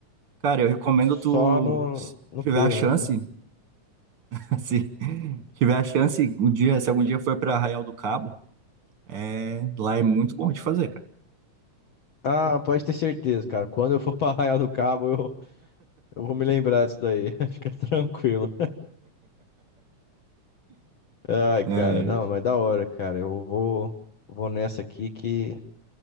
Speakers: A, on the right (about 55°); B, on the left (about 55°).
A: Cara, eu recomendo
B: só
A: tu,
B: no,
A: se
B: no
A: tiver
B: pelo
A: a chance,
B: mesmo, né?
A: <laughs> assim, se tiver a chance, um dia, se algum dia for pra Arraial do Cabo, é, lá é muito bom de fazer, cara.
B: Ah, pode ter certeza, cara. Quando eu for <laughs> pra Arraial do Cabo, eu, eu vou me lembrar disso daí. <laughs> Fica tranquilo. Ai,
A: É,
B: cara, não,
A: é.
B: mas da hora, cara. Eu vou, vou nessa aqui que